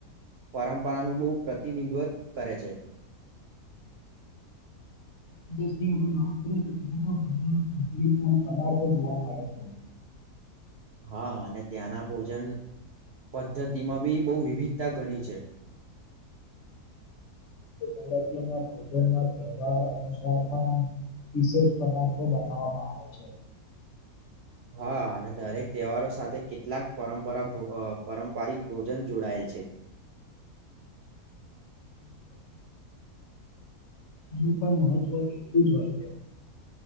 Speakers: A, on the right; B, on the left.
A: પરંપરાનુ બહુ પ્રતિનિધિત્વ કરે છે.
B: <inaudible> વાત કરીએ તેમાં પણ ઘણા તકલીફ પદાર્થો જોવા મળે છે. <inaudible>
A: હા અને ત્યાંના ભોજન પદ્ધતિમાં બી બહુ વિવિધતા ઘણી છે.
B: ભારતી ના ભોજન ના તહેવાર અનુસાર પણ વિશેષ પદાર્થો બનાવવામાં આવે છે.
A: હા અને દરેક તહેવારો સાથે કેટલાક પરંપરા પારંપરિક ભોજન જોડાયેલ છે. છે
B: હમ નું પણ મહત્વ એટલું જ હોય છે.